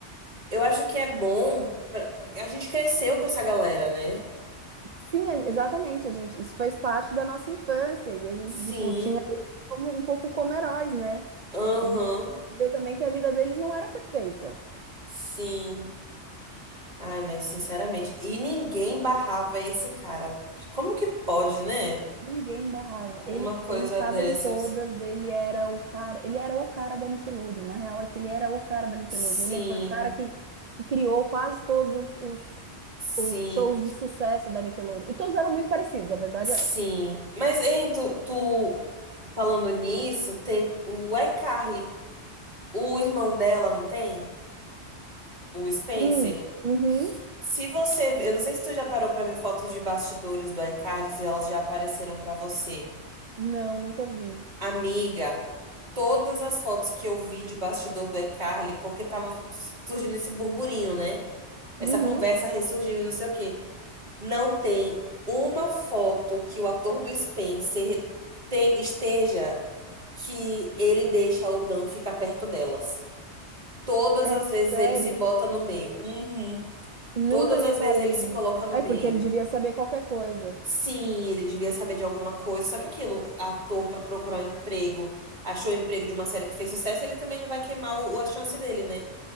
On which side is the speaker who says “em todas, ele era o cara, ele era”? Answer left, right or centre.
Right